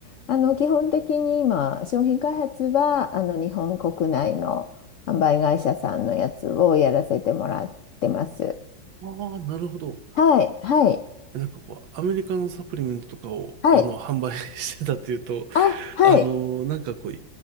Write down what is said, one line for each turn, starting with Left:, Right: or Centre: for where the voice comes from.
Left: あの、基本的に今、商品開発は、あの、日本国内の販売会社さんのやつをやらせてもらってます。
Right: ああ、なるほど。
Left: はい、はい、
Right: えなんかこう、アメリカのサプリメントとかを、
Left: はい。
Right: あの、販売 <laughs> してたっていうと、
Left: あ、はい。
Right: あの、なんかこう、